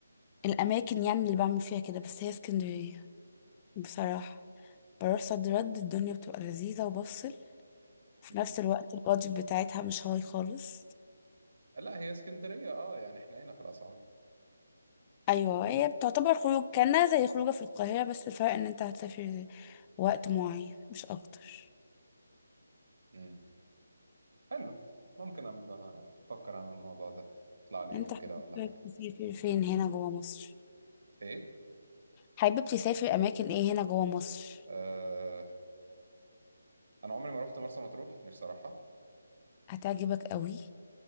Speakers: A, on the left; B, on the right.
A: الأماكن يعني اللي بعمل فيها كده بس هي اسكندرية بصراحة بروح صد رد الدنيا بتبقى لذيذة وبفصل في
B: مم.
A: نفس الوقت البادجت بتاعتها مش هاي خالص
B: لا هي اسكندرية أه يعني إحنا هنا في الأسعار
A: ايوه هي بتعتبر خروج كانها زي خروجه في القاهره بس الفرق ان انت هتسافر وقت معين مش اكتر
B: مم. حلو ممكن أبقى أفكر أعمل الموضوع ده أطلع لي يوم
A: انت حابب
B: كده ولا حاجة
A: تسافر فين هنا جوه مصر
B: إيه؟
A: حابب تسافر اماكن ايه هنا جوه مصر
B: آه، انا عمري ما رحت مرسى مطروح نفسي اروحها
A: هتعجبك قوي